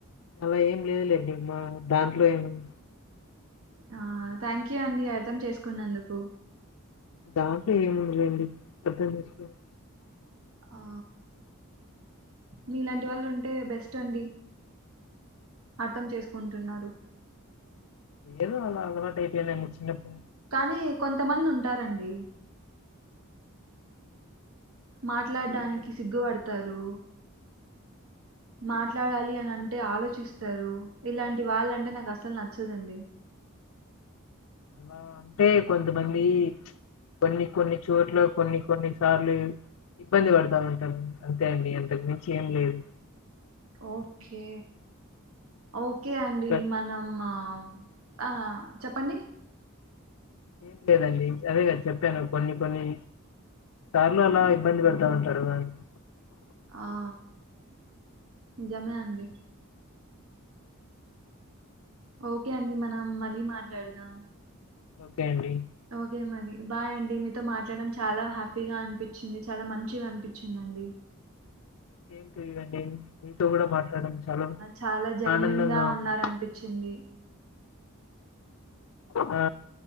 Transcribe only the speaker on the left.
అలా ఏం లేదులేండి మా దాంట్లో ఏముంది
దాంట్లో ఏముందిలేండి అర్ధంచేసుకునే
ఏదో అలా అలవాటు అయిపోయింది అండి చిన్నప్పు
ఏమండి
అలా అంటే కొంతమంది కొన్ని కొన్ని చోట్ల కొన్ని కొన్ని సార్లు ఇబ్బంది పడతా ఉంటాారు అంతే అండి అంతకు మించి ఏం లేదు
క-
ఏం లేదండి అదే కద చెప్పాను కొన్ని కొన్ని సార్లు అలా ఇబ్బంది పెడతా ఉంటారు వాళ్ళు
ఓకే అండి
సేమ్ అండి మీతో కూడా మాట్లాడడం చాలా
ఆనందంగా
ఉంది
ఆ